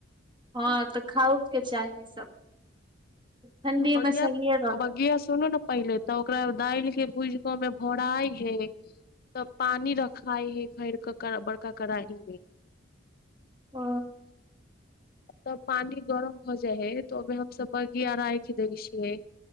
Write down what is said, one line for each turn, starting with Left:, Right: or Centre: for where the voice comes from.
Right: हँ तऽ खाउके चाही सब ठंडी
Left: त बगिआ
Right: मे सहिए रह
Left: बगिआ सुनू ने पहिले तऽ ओकरा दालिके भुज कऽ मे भराइ है तब पानी रखाय है भर कऽ बड़का कड़ाही मे
Right: हँ
Left: तब पानि गरम भ जाइ है तऽ ओहिमे हमसब बगिया राखि दै छियै